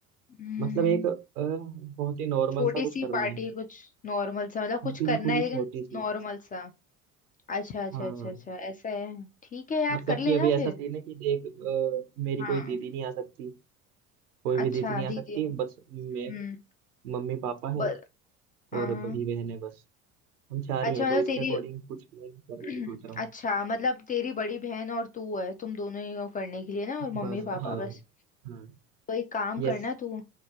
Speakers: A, on the left; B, on the right.
A: हम्म
B: मतलब एक अ, बहुत ही नॉर्मल
A: छोटी
B: सा कुछ
A: सी
B: करना
A: पार्टी
B: है
A: कुछ नॉर्मल सा मतलब कुछ
B: बिल्कुल
A: करना है
B: ही
A: लेकिन
B: छोटी सी
A: नॉर्मल सा अच्छा अच्छा
B: हाँ
A: अच्छा अच्छा ऐसा है ठीक है यार
B: मतलब
A: कर
B: कि
A: लेना
B: अभी ऐसा
A: फिर
B: सीन है कि देख अ, मेरी
A: हाँ
B: कोई दीदी नहीं आ सकती कोई भी
A: अच्छा
B: दीदी नहीं आ सकती
A: दीदी
B: बस मैं
A: हम्म
B: मम्मी पापा
A: बर
B: है
A: हाँ
B: और बड़ी बहन है बस हम चार
A: अच्छा
B: ही हैं
A: मतलब
B: तो इसके
A: तेरी
B: अकॉर्डिंग कुछ प्लान करने
A: <clears throat>
B: की सोच रहा हूँ
A: अच्छा मतलब तेरी बड़ी बहन और तू है तुम दोनों ही हो करने के लिए ना और मम्मी
B: बस
A: पापा
B: हाँ
A: बस
B: हाँ
A: तो एक काम
B: यस
A: करना तू